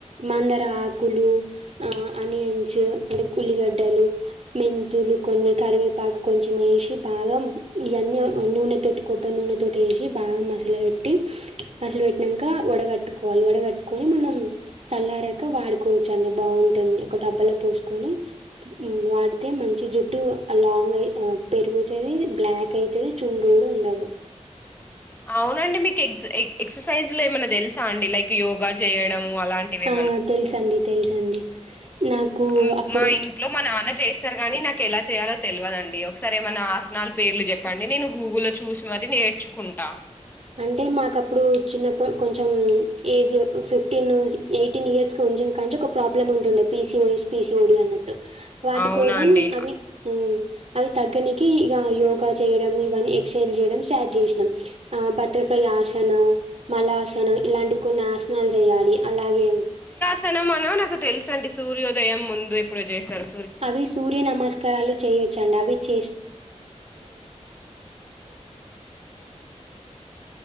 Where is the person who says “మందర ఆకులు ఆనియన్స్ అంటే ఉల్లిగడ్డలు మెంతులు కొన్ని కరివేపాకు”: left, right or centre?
Right